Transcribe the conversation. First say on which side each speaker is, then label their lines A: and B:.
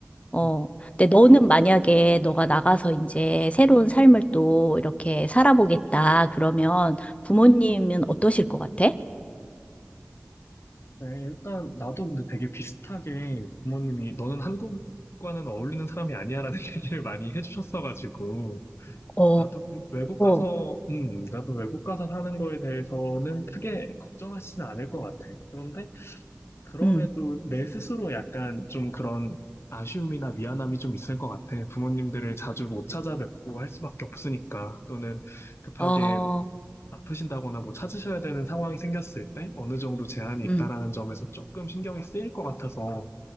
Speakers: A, on the left; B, on the left.
A: 어,
B: 음.
A: 근데 너는 만약에 너가 나가서 이제 새로운 삶을 또 이렇게 살아보겠다, 그러면 부모님은 어떠실 것 같아?
B: 네, 일단 나도 근데 되게 비슷하게 부모님이 너는 한국과는 어울리는 사람이 아니야라는 <laughs> 얘기를 많이 해주셨어가지고
A: 어,
B: 나도 외국 가서,
A: 어,
B: 음, 나도 외국 가서 사는 거에 대해서는 크게 걱정하지는 않을 것 같아. 그런데 그럼에도
A: 음,
B: 내 스스로 약간 좀 그런 아쉬움이나 미안함이 좀 있을 것 같아. 부모님들을 자주 못 찾아뵙고 할 수밖에 없으니까. 또는 급하게
A: 어,
B: 아프신다거나 뭐 찾으셔야 되는 상황이 생겼을 때 어느 정도 제한이
A: 음,
B: 있다라는 점에서 조금 신경이 쓰일 것 같아서